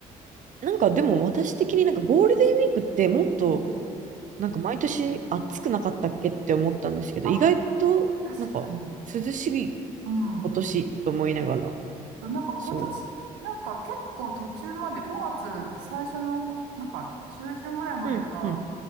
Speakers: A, on the right; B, on the right.
A: なんかでも私的になんかゴールデンウィークってもっと
B: うん
A: なんか毎年暑くなかったっけって思ったんですけど、
B: うんあ、
A: 意外となんか涼しい
B: 確かに。うん。
A: 今年と思いながら、
B: なんか今年、
A: そう。
B: なんか結構途中まで、5月最初の、なんか中旬ぐらいまでは、
A: うん、うん、